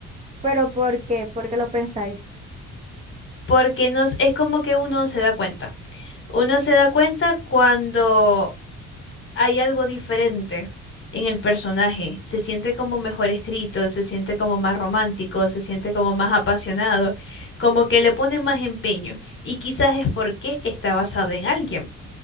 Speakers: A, on the right; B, on the left.
A: ¿Pero por qué? ¿Por qué lo pensáis?
B: Porque nos, es como que uno se da cuenta. Uno se da cuenta cuando. hay algo diferente en el personaje. Se siente como mejor escrito, se siente como más romántico, se siente como más apasionado, como que le pone más empeño. Y quizás es porque está basado en alguien,